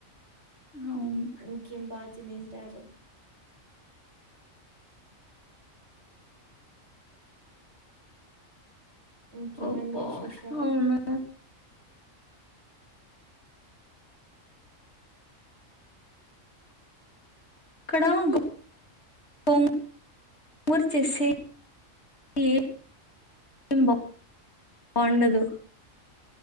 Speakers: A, on the left; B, on the right.
A: అవును
B: ఇంకేం బాగా తనింటారు ఇంకేమండి
A: అబ్బా
B: విశేషాలు
A: అవునా ఇక్కడ గో గోంగూర చేసి ఏ బాగుండదు